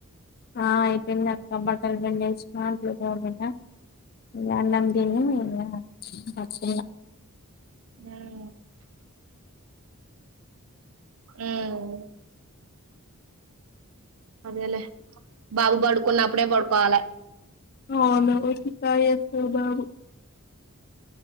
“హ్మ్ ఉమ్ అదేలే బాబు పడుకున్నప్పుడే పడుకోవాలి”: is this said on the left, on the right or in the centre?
Right